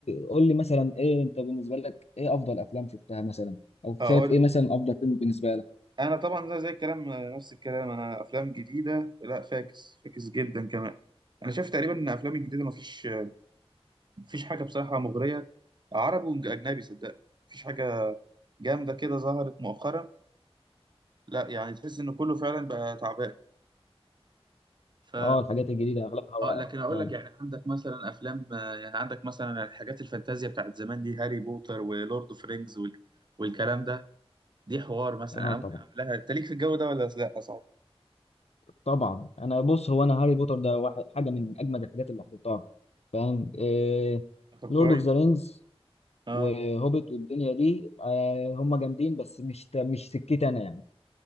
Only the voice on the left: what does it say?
قول لي مثلا ايه انت بالنسبه لك ايه افضل افلام شفتها مثلا او شايف
ايه
مثلا افضل فيلم بالنسبه لك
اه الحاجات الجديده اغلبها
واقع
فعلا
اه
طبعا
طبعا انا بص هو انا هاري بوتر ده واحد حاجه من اجمد الحاجات اللي حضرتها فاهم إيه
لورد
اوف ذا رينجز
وهوبيت والدنيا دي آه هم جامدين بس مش مش سكتي انا يعني